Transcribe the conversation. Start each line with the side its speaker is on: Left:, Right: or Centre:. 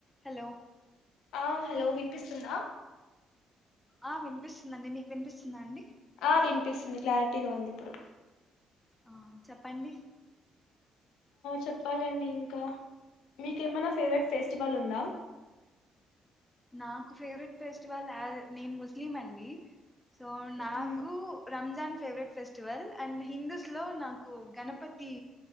Centre: Hello
Left: ఆ hello వినిపిస్తుందా
Centre: ఆ వినిపిస్తుందిండి మీకు వినిపిస్తుంద అండి
Left: ఆ వినిపిస్తుంది క్లారిటీగా ఉంది ఇప్పుడు
Centre: ఆ చెప్పండి
Left: చెప్పాలండి ఇంకా మీకేమైనా ఫేవరెట్ ఫెస్టివల్ ఉందా
Centre: నాకు ఫేవరెట్ ఫెస్టివల్ నేను ముస్లిం అండి సో నాకు
Left: మ్మ్
Centre: Ramzan favourite festival and Hindus లో నాకు గణపతి